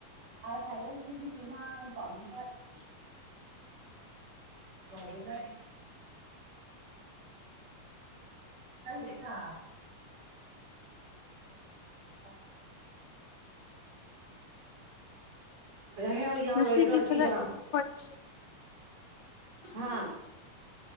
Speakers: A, on the right; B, on the left.
A: ꯑ ꯈꯂꯦ ꯆ ꯄꯨꯟꯅ ꯄꯝ ꯦ <unintelligible> ꯕꯖ ꯑꯦ <unintelligible> ꯍ ꯔꯍꯦꯜ ꯌꯥꯎꯔꯣꯏꯗ꯭ꯔꯣ
B: ꯉꯁꯤꯗꯤ ꯈꯔ
A: ꯁꯤꯗ
B: ꯏꯪꯉꯦ ꯑꯩꯈꯣꯏꯗꯁꯨ
A: ꯍꯥ